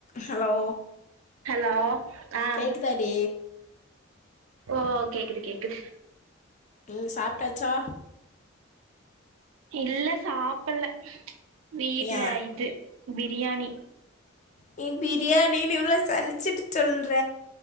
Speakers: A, on the left; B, on the right.
A: Hello
B: hello ஆ
A: கேக்குதாடி
B: ஓ கேக்குது கேக்கு
A: ம் சாப்ட்டாச்சா
B: இல்ல சாப்புல்ல வீட்ல
A: ஏ
B: இது பீ ரியாணி
A: நீ பிரியாணினு இவ்ளோ சலிச்சுட்டு சொல்ற